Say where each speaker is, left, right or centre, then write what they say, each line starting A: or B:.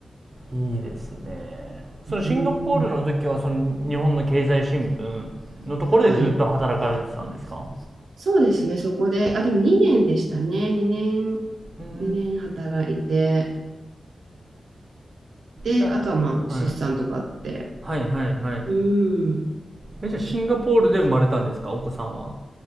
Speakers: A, on the right; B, on the right.
A: ー、いいですね。そのシンガポールの時は、
B: うん
A: その日本の経済新聞のところでずっと働かれてたんですか
B: はい。そうですね、そこで、あ、でも2年でしたね。2年、
A: うん。
B: 2年働いて、で、
A: じゃ
B: あとはまあ、
A: あ、
B: 出産とかあって。
A: はい。はいはいはい。
B: うん。
A: え、じゃあシンガポールで生まれたんですかお子さんは。